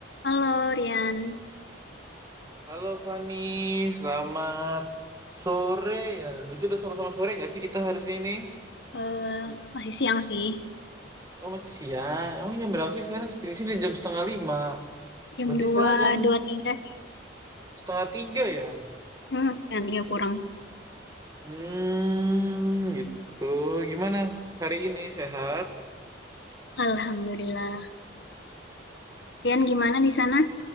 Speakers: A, on the left; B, on the right.
A: Halo Rian,
B: Halo Fani, selamat sore ya. Betul udah sama-sama sore nggak sih kita hari ini?
A: eh masih siang sih,
B: Oh masih siang. Emang jam berapa sih di sana? Di sini jam setengah lima.
A: jam
B: Berarti
A: dua
B: sana jam
A: dua tiga sih,
B: setengah tiga ya?
A: hmm, jam 3 kurang.
B: Hmm, gitu. Gimana hari ini sehat?
A: Alhamdulillah. Rian gimana di sana?